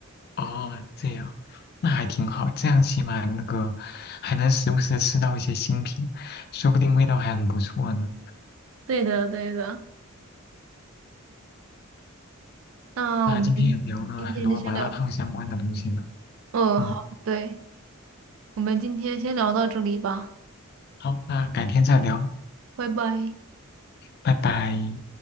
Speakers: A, on the left (about 45°); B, on the right (about 60°).
A: 哦，这样，那还挺好，这样起码那个还能时不时地吃到一些新品，说不定味道还很不错呢。
B: 对的，对的。那我们今天就先聊，
A: 那今天也聊了很多麻辣烫相关的东西呢。
B: 嗯，
A: 嗯，
B: 好，对，我们今天先聊到这里吧，
A: 好，那改天再聊，
B: 拜拜。
A: 拜拜。